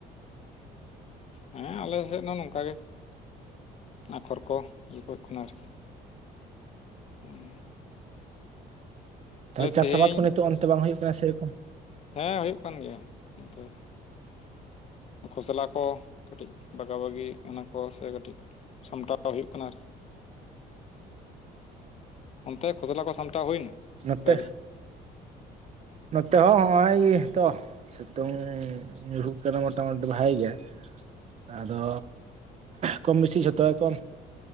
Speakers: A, on the left; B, on the right.
A: ᱚᱸ ᱦᱮᱸ ᱟᱞᱮ ᱥᱮᱫ ᱦᱚᱸ ᱱᱚᱝᱠᱟ ᱜᱮ ᱟᱯᱷᱚᱨ ᱠᱚ ᱤᱭᱟᱹ <unintelligible> ᱠᱟᱱᱟ ᱟᱨᱠᱤ᱾ ᱩᱸ
B: ᱛᱟᱦᱚᱞᱮ ᱪᱟᱥ
A: ᱛᱮᱦᱮᱧ
B: ᱟᱵᱟᱫᱽ ᱠᱚ ᱱᱤᱛᱚᱜ ᱚᱱᱛᱮ ᱵᱟᱝ ᱦᱩᱭᱩᱜ ᱠᱟᱱᱟ ᱥᱮ ᱨᱚᱠᱚᱢ?
A: ᱦᱮᱸ ᱦᱩᱭᱩᱜ ᱠᱟᱱ ᱜᱮᱭᱟ ᱚᱱᱛᱮ᱾ ᱠᱷᱚᱥᱞᱟ ᱠᱚ ᱠᱟᱹᱴᱤᱡ ᱵᱟᱜᱟ ᱵᱟᱜᱤ ᱠᱟᱱᱟ ᱠᱚ ᱥᱮ ᱠᱟᱹᱴᱤᱡ ᱥᱟᱢᱴᱟᱣ ᱦᱩᱭᱩᱜ ᱠᱟᱱᱟ ᱟᱨᱠᱤ᱾ ᱚᱱᱛᱮ ᱠᱷᱚᱥᱞᱟ ᱠᱚ ᱥᱟᱢᱴᱟᱣ ᱦᱩᱭᱱᱟ?
B: ᱱᱟᱛᱮ,
A: ᱥᱟᱹᱨᱤ
B: ᱱᱚᱛᱮ ᱦᱚᱸ ᱦᱚᱜᱼᱚᱭ ᱛᱚ, ᱥᱤᱛᱩᱝ ᱧᱩᱨᱦᱩᱜ ᱠᱟᱱᱟ ᱢᱳᱚᱴᱟᱢᱩᱴᱤ ᱵᱷᱟᱜᱮ ᱜᱮ᱾ ᱟᱫᱚ ᱠᱚᱢ ᱵᱮᱥᱤ ᱡᱷᱚᱛᱚ ᱜᱮ ᱠᱚ